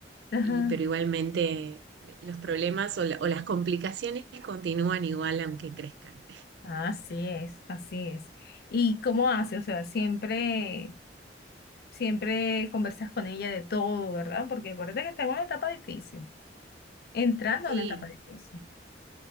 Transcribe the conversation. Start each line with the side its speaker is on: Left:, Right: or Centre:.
Left: Ajá.
Right: y, pero igualmente eh, los problemas o, la- o las complicaciones continúan igual aunque crezcan.
Left: Así es, así es. ¿Y cómo hace? O sea, siempre. Siempre conversas con ella de todo, ¿verdad? Porque acuérdate que está en una etapa difícil, entrando
Right: Sí,
Left: en una etapa difícil.